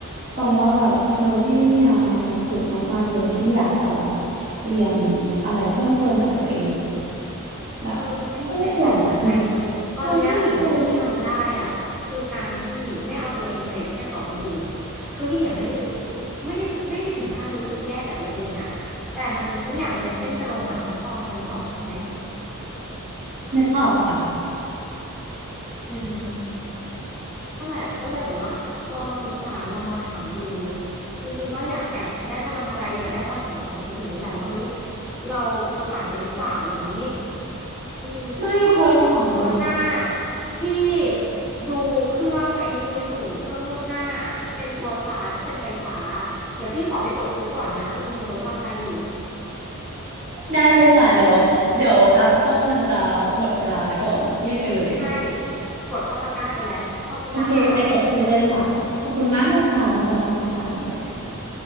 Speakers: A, on the right (about 45°); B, in the centre.
A: ตองว่าแบบเออพี่เมียมาถูกจุดมากๆเลยที่อยากจะแบบเรียนอะไรเพิ่มเติมกับตัวเองอะแบบไม่ต้องห่วงอายุ
B: เออมันไม่มีอะไรใส่เกินไปเนาะตอนเนี้ยสิ่งที่พี่ทำได้อ่ะคือการที่ไม่เอาตัวเองเปรียบเทียบกับคนอื่น
A: ใช่ไม่ต้อง
B: คือพี่ยังไม่ได้รู้สึกไม่ได้ถึงไม่ได้ถึงขั้นรู้สึกแย่กับตัวเองอ่ะแต่มันทุกอย่างมันเป็นเส้นตรงอ่ะน้องตอมพอนึกออกใช่ไหม
A: นึกออกค่ะ
B: อืม นั่นแหละก็เลยแบบว่าลองมาปรึกษาลองมาถามดู จริงๆก็อยากแอบได้กำลังใจอยากได้ความเห็นของคนอื่นด้วยแหละว่าเฮ้ยเราเพ้อฝันไปหรือเปล่าอย่างนี้อืมเมื่อกี้พูดถึงนวดหน้า
A: ไม่เพ้อฝันเลย
B: พี่ดูเครื่องไอ้นี่ไว้อยู่เครื่องนวดหน้าเป็นกัวซาที่เป็นไฟฟ้า เดี๋ยวพี่ขอไปกดซื้อก่อนนะพอดีมันลดราคาอยู่
A: ได้เลยค่ะเดี๋ยวเดี๋ยวอัพส้มมันจะหมดเวลาซะก่อนรีบไปเลย
B: ใช่ กดเข้าตะกร้าไปแล้วขอบคุณนะคะ
A: โอเคไปกดซื้อเลยค่ะขอบคุณมากนะคะสำหรับคำปรึกษาสวัสดีค่ะ